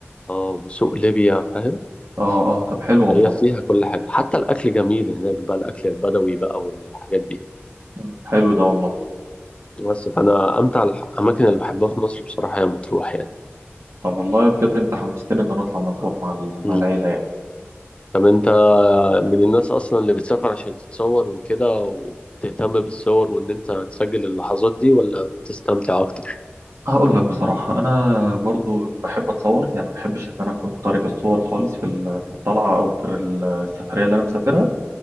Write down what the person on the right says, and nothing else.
اه اه طب حلو والله
مم. حلو ده والله
طب والله بجد انت حمستني ان انا اطلع مطروح مع ال-
مع العيله يعني
هقول لك بصراحه انا برضو بحب اتصور يعني ما بحبش ان انا اكون طارق الصور خالص في ال- في الطلعه او في ال- السفريه اللي انا مسافرها